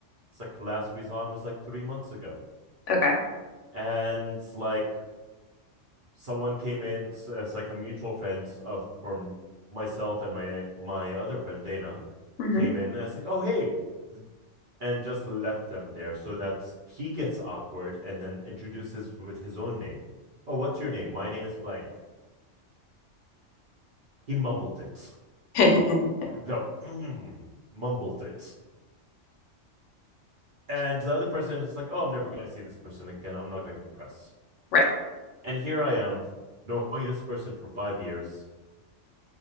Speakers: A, on the right (about 50°); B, on the left (about 75°).
A: It's like last we saw him was like three months ago,
B: Okay.
A: and like someone came in as like a mutual friend of from myself and my my other friend Dana
B: hmm
A: came in and it's like, oh hey, and just left them there so that he gets awkward and then introduces with his own name. Oh, what's your name? My name is blank. He mumbled it.
B: Uh-huh. <laughs>
A: The <clears throat> mm, mumbled it. And the other person is like, oh, I'm never going to see this person again. I'm not going to press.
B: Right.
A: And here I am, knowing this person for five years,